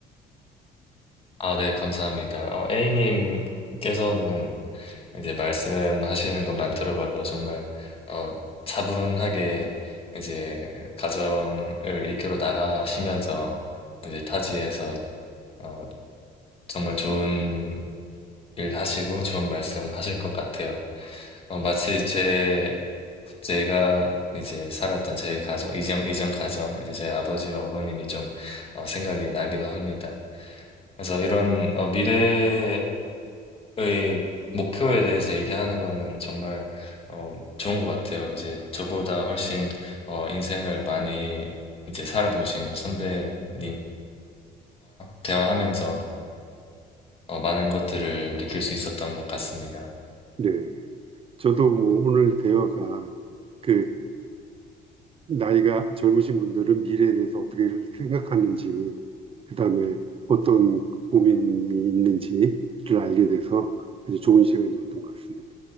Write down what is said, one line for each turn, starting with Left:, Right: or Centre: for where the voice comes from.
Left: 아, 네, 감사합니다. 어, A님께서는 이제 말씀하시는 것만 들어봐도 정말 어, 차분하게 이제 가정을 이끌어 나가시면서 이제 타지에서 어, 정말 좋은 일 하시고 좋은 말씀 하실 것 같아요. 어, 마치 제 제가 이제 살았던 제 가정, 이전, 이전 가정, 이제 제 아버지와 어머님이 좀 어, 생각이 나기도 합니다. 그래서 이런 미래 저의 목표에 대해서 얘기하는 거는 정말 어, 좋은 것 같아요. 이제 저보다 훨씬 어, 인생을 많이 이제 살아보신 선배님과 대화하면서 어, 많은 것들을 느낄 수 있었던 것 같습니다.
Right: 네. 저도 뭐 오늘 대화가 그 나이가 젊으신 분들은 미래에 대해서 어떻게 생각하는지, 그다음에 어떤 고민이 있는지를 알게 돼서 아주 좋은 시간이었던 것 같습니다.